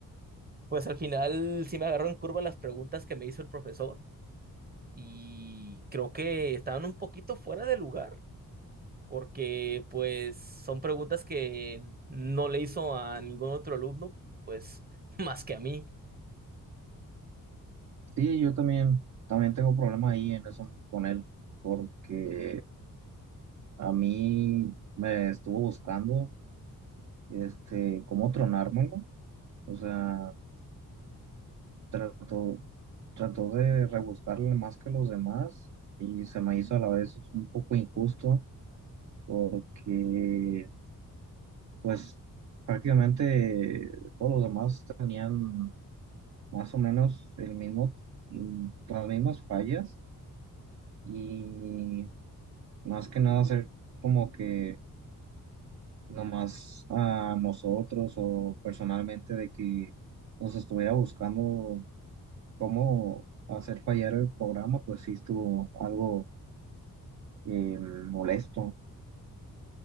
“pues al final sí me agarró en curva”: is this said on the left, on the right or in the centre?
Right